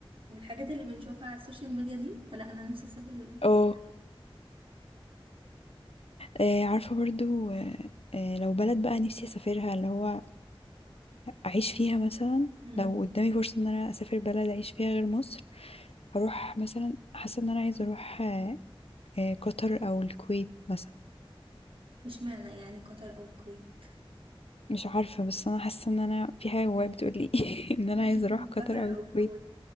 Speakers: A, on the right; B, on the left.
A: والحاجات اللي بنشوفها على السوشيال ميديا دي فلا انا نفسي اسافر
B: اه
A: دبي
B: آه، عارفة برضو آه، آه، لو بلد بقى نفسي أسافرها اللي هو اعيش فيها مثلا
A: امم
B: لو قدامي فرصة ان انا اسافر بلد اعيش فيها غير مصر هروح مثلا حاسة ان انا عايزة اروح آه، آه، قطر او الكويت مثلا
A: مش معنى يعني قطر او الكويت
B: مش عارفة بس انا حاسة ان انا في حاجة جوايا بتقولي <laughs> ان انا
A: <laughs>
B: عايزة اروح قطر
A: قطر
B: او الكويت
A: او الكويت